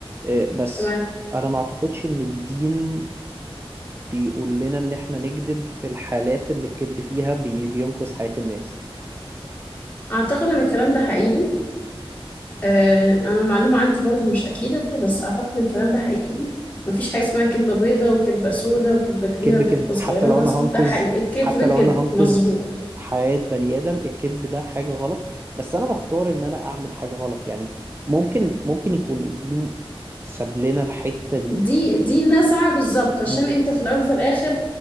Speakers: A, on the right; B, on the left.
A: آه، بس
B: تمام
A: انا ما اعتقدش ان الدين بيقول لنا ان احنا نكذب في الحالات اللي الكذب فيها بي- بينقذ حياة الناس
B: أعتقد إن الكلام ده حقيقي آه أنا المعلومة عندي برضو مش أكيدة بس أعتقد إن الكلام ده حقيقي مفيش حاجة اسمها كدبة بيضة وكدبة سودة وكدبة كبيرة
A: الكذب
B: وكدبة
A: كذب
B: صغيرة
A: حتى لو
B: ده
A: انا هنقذ
B: ده حقيقي الكدب
A: حتى
B: كده
A: لو انا هنقذ
B: مظبوط
A: حياة بني ادم الكذب ده حاجة غلط بس انا بختار ان انا اعمل حاجة غلط يعني ممكن ممكن يكون الدين ساب لنا الحتة دي
B: دي دي نزعة بالظبط عشان
A: امم
B: انت في الاول وفي الاخر